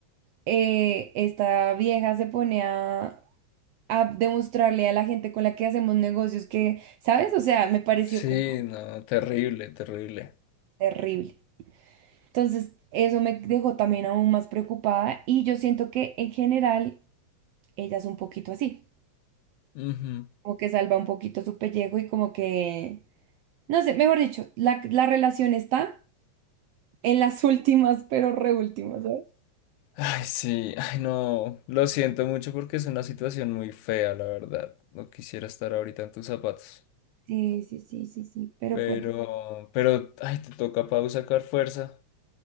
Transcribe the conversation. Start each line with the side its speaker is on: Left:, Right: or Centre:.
Right: eh, esta vieja se pone a, a demostrarle a la gente con la que hacemos negocios que, ¿sabes? O sea, me pareció
Left: Sí,
Right: como
Left: no, terrible, terrible.
Right: terrible. Entonces eso me dejó también aún más preocupada y yo siento que en general ella es un poquito así.
Left: Ujú.
Right: como que salva un poquito su pellejo y como que, no sé, mejor dicho, la, la relación está en las <laughs> últimas, pero reúltimas, ¿sabes?
Left: Ay, sí, ay, no. Lo siento mucho porque es una situación muy fea, la verdad. No quisiera estar ahorita en tus zapatos.
Right: Sí, sí, sí, sí, sí, pero
Left: Pero,
Right: pues...
Left: pero, ay, te toca Pau sacar fuerza.